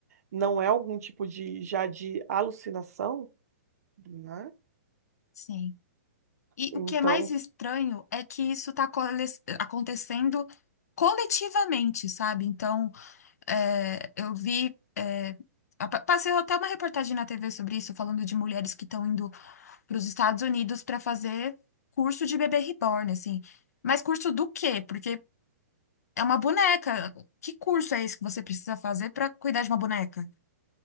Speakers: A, on the right; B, on the left.
A: não é algum tipo de já de alucinação, né?
B: sim. E
A: Então,
B: o que é mais estranho é que isso está acontecendo coletivamente, sabe? Então, é, eu vi. é, a- pa- Passei até uma reportagem na TV sobre isso, falando de mulheres que estão indo para os Estados Unidos para fazer curso de bebê reborn, assim. Mas curso do quê? Porque é uma boneca. Que curso é esse que você precisa fazer para cuidar de uma boneca?